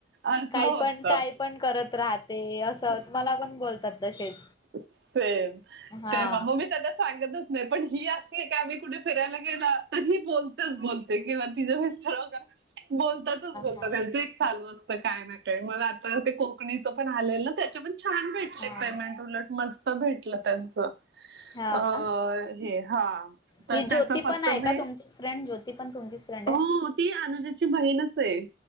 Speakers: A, on the right (about 60°); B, on the left (about 25°).
A: असं
B: काही
A: होतं.
B: पण काही पण करत राहते असं, मला पण बोलतात तसेच.
A: सेम.
B: हा हा
A: तेव्हा, म-मी त्याना सांगतच नाही. पण ही अशी आहे का, आम्ही कुठे फिरायला गेलं, तर ही बोलतेच बोलते किंवा तिचे मिस्टर वगैरे बोलतातच बोलतात
B: हा
A: त्यांचं एक चालू असतं काय नाही मग आता ते कोकणीचं पण आलेल, त्याचे पण छान भेटले
B: हा
A: पेमेंट उलट मस्त. भेटलं त्यांचं
B: हा
A: अ-
B: का
A: हे हा तर
B: ही ज्योती
A: त्याचं फक्त
B: पण आहे
A: मी
B: का तुमचीच फ्रेंड ज्योती पण तुमचीच फ्रेंड आहे.
A: हो ती अनुजाची बहीणच आहे.